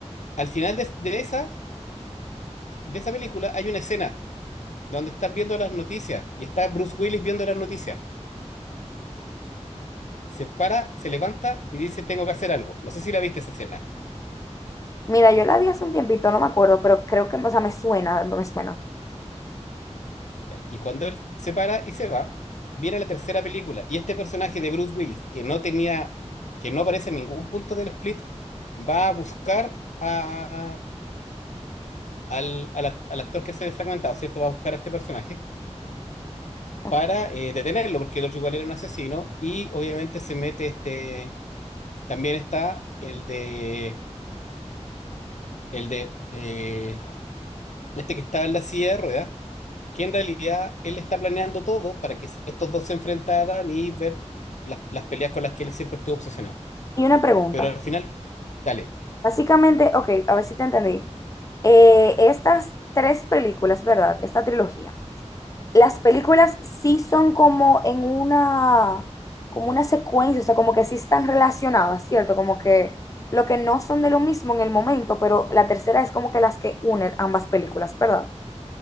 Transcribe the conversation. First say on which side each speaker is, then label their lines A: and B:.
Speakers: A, on the left (about 80°); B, on the left (about 30°).
A: al final de, de esa, de esa película hay una escena donde estás viendo las noticias y está Bruce Willis viendo las noticias. Se para, se levanta y dice, tengo que hacer algo. No sé si la viste esa escena.
B: Mira, yo la vi hace un tiempito, no me acuerdo, pero creo que, o sea, me suena, me suena.
A: Ya. Y cuando él se para y se va, viene la tercera película y este personaje de Bruce Willis, que no tenía, que no aparece en ningún punto del split, va a buscar a, al, al, act- al actor que se ha fragmentado, ¿cierto? Va a buscar a este personaje
B: Ok.
A: para eh, detenerlo, porque el otro igual era un asesino, y obviamente se mete este, también está el de, el de, eh, este que estaba en la silla de ruedas, que en realidad él está planeando todo para que se- estos dos se enfrentaran y ver las, las peleas con las que él siempre estuvo obsesionado.
B: Y una pregunta.
A: Pero al final, dale,
B: Básicamente, ok, a ver si te entendí. Eh, estas tres películas, ¿verdad? Esta trilogía. las películas sí son como en una, como una secuencia, o sea, como que sí están relacionadas, ¿cierto? Como que lo que no son de lo mismo en el momento, pero la tercera es como que las que unen ambas películas, ¿verdad?